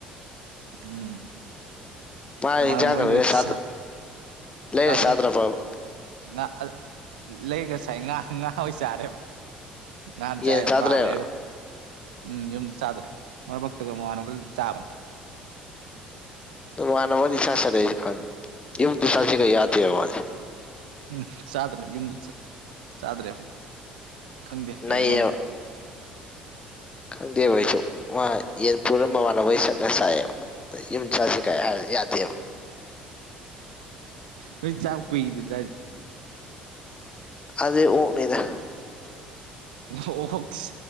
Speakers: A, on the right (about 80°); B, on the left (about 25°).
A: ꯎꯝ
B: ꯃꯥ
A: ꯃꯃꯥꯟꯅꯕ
B: ꯏꯟꯖꯥꯡꯒ
A: ꯍꯣꯏꯗꯗꯤ
B: ꯂꯩꯔ
A: ꯆꯥ
B: ꯂꯩꯔ
A: ꯆꯥꯗ꯭ꯔꯦ
B: ꯆꯥꯗ꯭ꯔꯕꯕ
A: ꯉꯥ ꯑ ꯂꯩꯔꯒ ꯆꯥꯏ ꯉꯥ ꯉꯥ ꯑꯣꯏ ꯆꯥꯔꯦꯕ ꯉꯍꯥꯟ ꯆꯥꯏꯑꯦꯕ
B: ꯌꯦꯟ ꯆꯥꯗ꯭ꯔꯦꯕ
A: ꯉꯥ ꯂꯩꯔꯒ ꯎꯝ ꯌꯨꯝꯗ ꯆꯥꯗ꯭ꯔꯦ ꯃꯔꯛ ꯃꯔꯛꯇ ꯃꯃꯥꯟꯅꯕꯒ ꯆꯥꯕ
B: ꯃꯃꯥꯟꯅꯕꯒꯗꯤ ꯆꯥꯛ ꯆꯥꯅꯩ ꯑꯩꯖꯨ ꯈꯪꯉꯦ ꯌꯨꯝꯗ ꯆꯥꯖꯦꯒ ꯌꯥꯗꯦꯕ
A: ꯎꯝ ꯆꯥꯗ꯭ꯔꯦꯕ ꯌꯨꯝꯗ ꯆꯥꯗ꯭ꯔꯦꯕ ꯈꯪꯗꯦ ꯀꯩꯒꯤꯅꯣꯗꯤ
B: ꯅꯩꯑꯦꯕ ꯈꯪꯗꯦꯕ ꯑꯩꯁꯨ ꯃꯥ ꯌꯦꯟ ꯄꯨꯔ ꯃꯃꯥꯟꯅꯕꯩ ꯆꯠꯂ ꯆꯥꯏꯌꯦꯕ ꯌꯨꯝ ꯆꯥꯁꯦꯒ ꯀꯥꯏ ꯍꯥꯏ ꯌꯥꯗꯦꯕ
A: ꯅꯣꯏ ꯆꯥꯕ ꯀꯨꯏꯗ꯭ꯔꯤꯗꯥꯏꯅꯦ
B: ꯑꯗꯨꯗꯤ ꯑꯣꯛꯅꯤꯗ
A: ꯑꯣꯛ ꯇꯤ